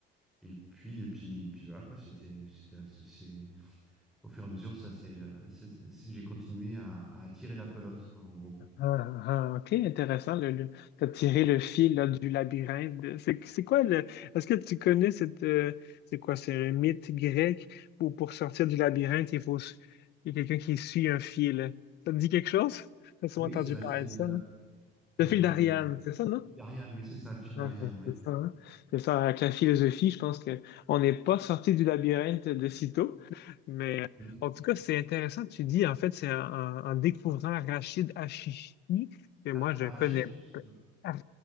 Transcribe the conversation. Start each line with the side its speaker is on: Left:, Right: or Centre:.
Centre: et puis, et puis, et puis voilà quoi, c'était, c'était assez, c'est- <laughs> au fur et à mesure, ça c'est, euh, ça, c'est- j'ai continué à, à attirer la pelote quoi, en gros.
Left: Ah, ah, ok, intéressant. Le, le- t'as tiré le fil là, du labyrinthe. de- C'est, c'est quoi le. Est-ce que tu connais cette. euh, c'est quoi? C'est un mythe grec où pour sortir du labyrinthe, il faut. s- Il y a quelqu'un qui suit un fil. Ça te dit quelque chose? T'as souvent
Centre: Oui,
Left: entendu
Centre: c'est bah,
Left: parler
Centre: c'est euh,
Left: de ça, non? Le
Centre: euh,
Left: fil d'Ariane, c'est ça, non?
Centre: fil d'Ariane, oui c'est ça, le fil d'Ariane,
Left: Ok,
Centre: oui.
Left: c'est ça, hein. C'est ça, avec la philosophie, je pense que on n'est pas sorti du labyrinthe de sitôt, <laughs> mais euh,
Centre: Mm.
Left: en tout cas, c'est intéressant, tu dis, en fait, c'est en, en- en découvrant Rachid Hachichi, que moi,
Centre: Ah,
Left: je
Centre: Arracher
Left: connais,
Centre: les cheveux.
Left: p- ar-